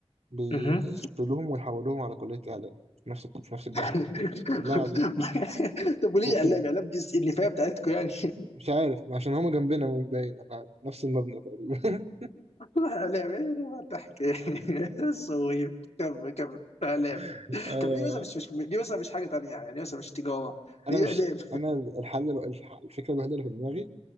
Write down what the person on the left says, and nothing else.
مهم.
<laughs>
طب وليه
اعلام
اعلام دي النفايه بتاعتكم يعني
<laughs> اعلام يعني ما تحكي <laughs> صغير كمل كمل اعلام
طب ليه مثلا مش مش ليه مثلا مش حاجه تانيه يعني ليه مثلا مش تجاره
ليه
اعلام